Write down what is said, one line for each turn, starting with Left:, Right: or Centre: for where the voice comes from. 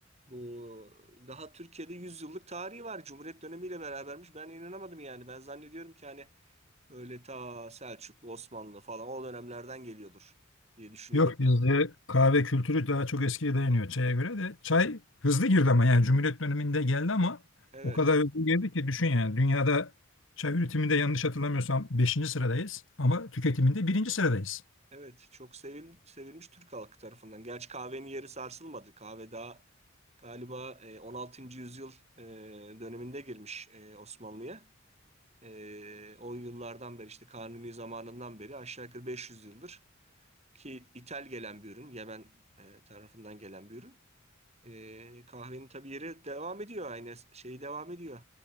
Right: Bu daha Türkiye'de 100 yıllık tarihi var. Cumhuriyet dönemiyle berabermiş. Ben inanamadım yani. Ben zannediyorum ki hani böyle ta Selçuklu, Osmanlı falan o dönemlerden geliyordur diye düşünüyordum.
Left: Yok bizde kahve kültürü daha çok eskiye dayanıyor çaya göre de. Çay hızlı girdi ama yani Cumhuriyet döneminde geldi ama
Right: Evet.
Left: o kadar hızlı girdi ki düşün yani dünyada çay üretiminde yanlış hatırlamıyorsam beşinci sıradayız ama tüketiminde birinci sıradayız.
Right: Evet. Çok sevil, sevilmiş Türk halkı tarafından. Gerçi kahvenin yeri sarsılmadı. Kahve daha galiba e, 16. yüzyıl e, döneminde girmiş e, Osmanlı'ya. Ee, o yıllardan beri işte Kanuni zamanından beri aşağı yukarı 500 yıldır ki ithal gelen bir ürün, Yemen e, tarafından gelen bir ürün. Ee, kahvenin tabii yeri devam ediyor aynı şey devam ediyor.